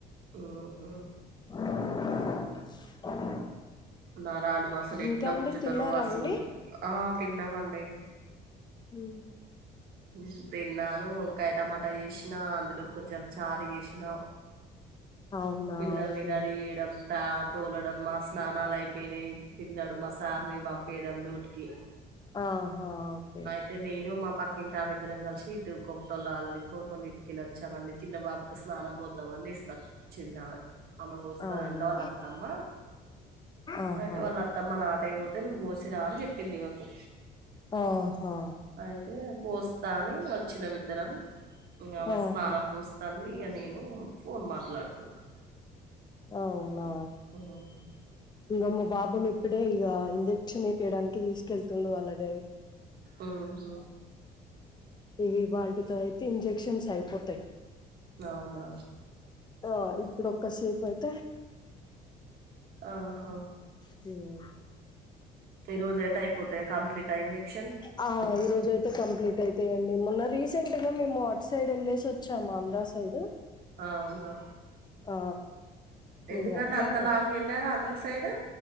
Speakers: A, on the right; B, on the left.
A: ఓహా
B: <inaudible>
A: నరాలు అసలు ఇట్లా
B: ఇంకా అండి
A: కూచ్చుతారో
B: తిన్నారా
A: ఆ సూదులు
B: అండి
A: ఆ తిన్నామండి
B: హు
A: ఉ తిన్నాను వంకాయ టమాటా చేేసినా అందులో కొంచెం చారు చేేసినా
B: అవునా
A: పిల్లల్ని
B: ఓకే
A: రడీ చేయడం తా తోలడం మా స్నానాలు అయిపోయినయ్ తిన్నడు మా సార్ని పంపీడం డూట్కి
B: ఆహా ఒకే
A: తె నేనూ మా పక్ ఇంటామిద్దరం కలిసి ఇటు కొమ్టోల్లాల్ కొమ్టోల్ల ఇంటికెల్లొచ్చామండి చిన్న బాబుకి స్నానం పోద్దామని తీస్కచ్ చిన్నామె ఆమె పోస్తందింట
B: అవునా
A: వాళ్ళు అత్తమ్మ
B: ఆహా
A: అయితే వాళ్ళత్ త్తమ్మ నాటయ్పోతే నువ్వు పోసిరా అని చెప్పింది ఈమెకు
B: ఆహా
A: అయితే పోస్తా అనీ వచ్చినం ఇద్దరం ఆమె
B: ఆహా
A: స్నానం పోస్త అన్నయ్య నేనూ ఫోన్ మాట్లాడుతున్నా
B: అవునా
A: అవును
B: ఇంక మా బాబుని ఇప్పుడే ఇగా ఇంజెక్షన్ ఏపియ్యడానికి తీసుకెళ్తుంది వాళ్ళ అత్
A: ఊహు
B: ఇవి ఇవాళ్టి తో అయితే ఇంజక్షన్స్ అయిపోతయ్
A: అవునా
B: ఆ ఇప్పుడు ఒక్కసేప్ అయితే
A: అవును హో
B: దేవా
A: ఈ రోజు అయితే అయిపోతాయా కంప్లీటా ఇంజెక్షన్
B: ఆ ఈ రోజు అయితే కంప్లీట్ అయితయండి మొన్న రీసెంట్ గా మేము అట్ సైడ్ వెళ్ళేసి వచ్చాము ఆంధ్ర సైడ్ ఏంటో
A: అవునా
B: ఆ
A: ఎందుకండి
B: ఇగ అట్లా
A: అంత లాంగ్ వెళ్ళారు ఆంధ్ర సైడు